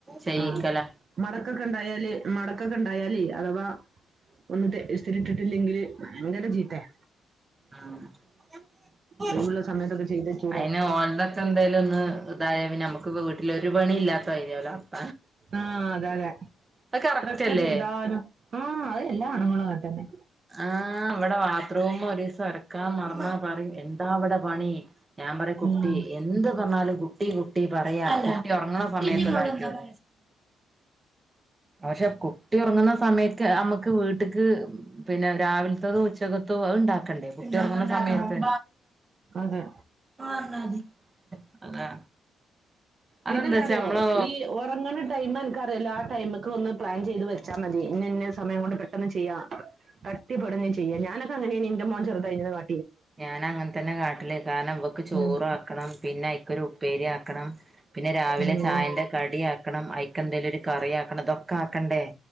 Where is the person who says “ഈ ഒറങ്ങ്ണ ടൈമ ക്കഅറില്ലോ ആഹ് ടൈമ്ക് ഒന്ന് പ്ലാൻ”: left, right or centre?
Right